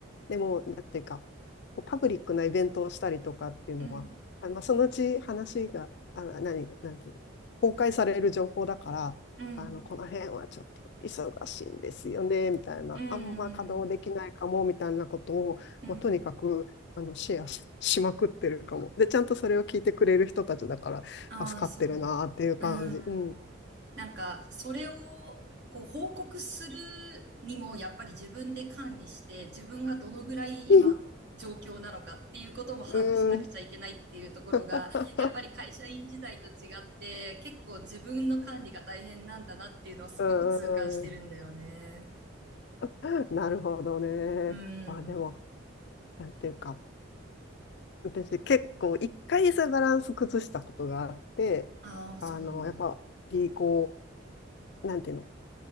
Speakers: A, on the left; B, on the right.
A: でも、なんていうか、こうパブリックなイベントをしたりとかっていうのは、
B: うん、
A: あ、まあ、そのうち話が、あ、何、なんていうの、公開される情報だから、
B: うん、
A: あの、この辺はちょっと忙しいんですよね、みたいな、
B: うん、
A: あんま稼働できないかも、
B: うん、
A: みたいなことを、
B: うん。
A: まあ、とにかく、あの、シェアし、<laughs> しまくってるかも。で、ちゃんとそれを聞いてくれる人たちだから、
B: ああ、
A: 助かってるなっていう感じ。
B: そうなんだ。うー
A: うん。
B: ん。なんか、それを、こう、報告するにも、やっぱり自分で管理して、自分がどのぐらい今、
A: <laughs>
B: 状況なのかっていうことも把握しなくちゃいけないっていうところが、
A: うん。<laughs>
B: やっぱり会社員時代と違って、結構自分の管理が大変なんだなっていうのはすごく痛感してるんだよね。
A: うんうんうん <laughs> なるほどね。
B: う
A: まあでも、
B: ん。
A: なんていうか、私結構一回そういうバランス崩したことがあって、
B: ああ、そうなんだ。
A: あの、やっぱりこう、なんていうの、